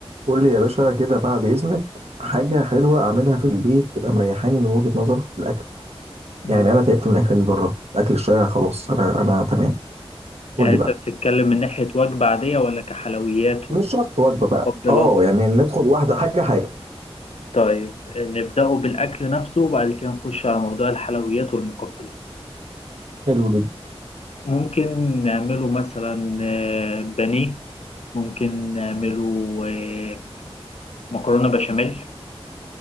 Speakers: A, on the right (about 80°); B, on the left (about 80°).
A: قول لي يا باشا كده بعد إذنك حاجة حلوة أعملها في البيت تبقى مريحاني من وجهة نظرك في الأكل
B: مم.
A: يعني أنا تعبت من الأكل اللي بره أكل الشارع خلاص أنا أنا تمام قول
B: يعني
A: لي
B: انت
A: بقى
B: بتتكلم من ناحية وجبة عادية ولا كحلويات
A: مش شرط وجبة بقى
B: ومقبلات
A: أه يعني ندخل واحدة حاجة حاجة
B: طيب نبدأه بالأكل نفسه وبعد كده نخش على موضوع الحلويات والمقبلات
A: حلو جدا
B: ممكن نعمله مثلا آه، بانيه ممكن نعمله آه، مكرونة بشاميل